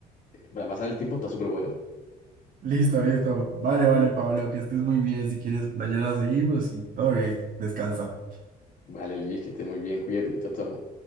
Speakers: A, on the left; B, on the right.
A: para pasar el tiempo está súper bueno.
B: Listo, listo. Vale, vale, Pablo, que estés muy bien. Si quieres, mañana seguimos y todo bien. Descansa.
A: Vale, Luis, que estés muy bien, cuídate, chao, chao.